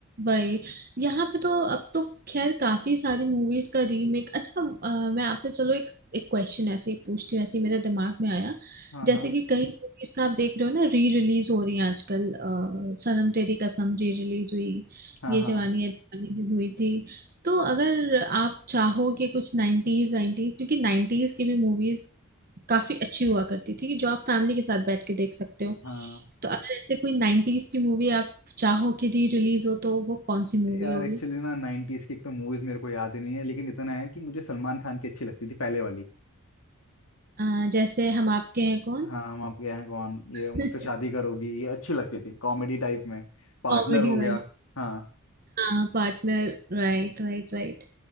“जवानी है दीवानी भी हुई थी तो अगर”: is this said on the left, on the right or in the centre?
Right